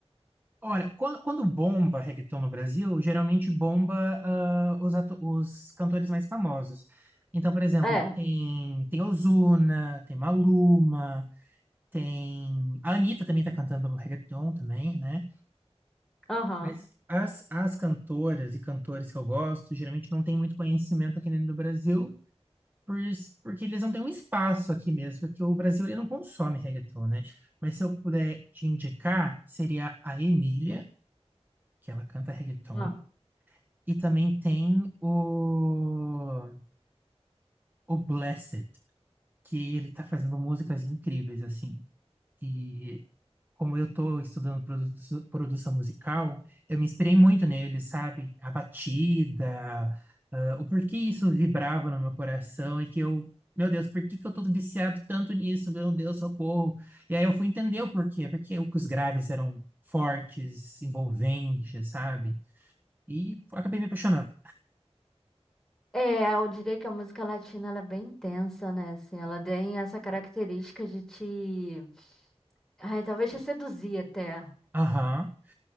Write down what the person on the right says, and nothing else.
Olha, quando, quando bomba reggaeton no Brasil, geralmente bomba ah, os, ato- os cantores mais famosos. Então, por exemplo,
tem, tem Ozuna, tem Maluma, tem... A Anitta também tá cantando reggaeton também, né?
Mas as, as cantoras e cantores que eu gosto, geralmente não tem muito conhecimento aqui dentro do Brasil, por, isso- porque eles não têm um espaço aqui mesmo, porque o Brasil ele não consome reggaeton, né? Mas se eu puder te indicar, seria a Emília, que ela canta reggaeton.
E também tem o, o Blessed, que ele tá fazendo músicas incríveis, assim. E como eu tô estudando produ- produção musical, eu me inspirei muito nele, sabe? A batida, ah, o porquê isso vibrava no meu coração e que eu, meu Deus, por que que eu tô viciado tanto nisso? Meu Deus, socorro. E aí eu fui entender o porquê, porque os graves eram fortes, envolventes, sabe? E acabei me apaixonando.
Aham.